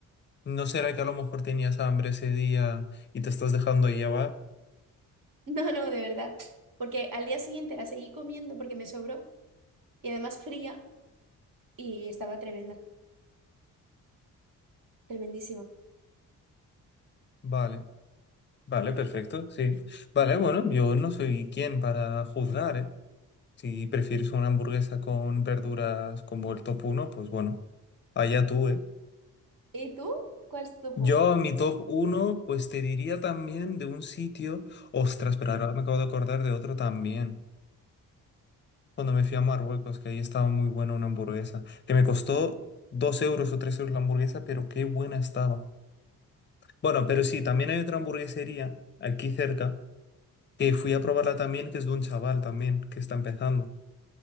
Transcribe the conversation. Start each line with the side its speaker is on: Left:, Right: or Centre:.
Left: ¿No será que a lo mejor tenías hambre ese día y te estás dejando llevar?
Right: No, no, de verdad. Porque al día siguiente la seguí comiendo porque me sobró y además fría y estaba tremenda, tremendísima.
Left: Vale, vale, perfecto, sí. Vale, bueno, yo no soy quien para juzgar, ¿eh? Si prefieres una hamburguesa con verduras como el top 1, pues bueno, allá tú, ¿eh?
Right: ¿Y tú? ¿Cuál es tu top
Left: Yo
Right: 1?
Left: mi top uno pues te diría también de un sitio, ostras, pero ahora me acabo de acordar de otro también, cuando me fui a Marruecos, que ahí estaba muy buena una hamburguesa, que me costó
Right: Bien,
Left: dos euros o tres euros la hamburguesa, pero qué buena estaba. Bueno, pero sí, también hay otra hamburguesería aquí cerca que fui a probarla también, que es de un chaval también que está empezando.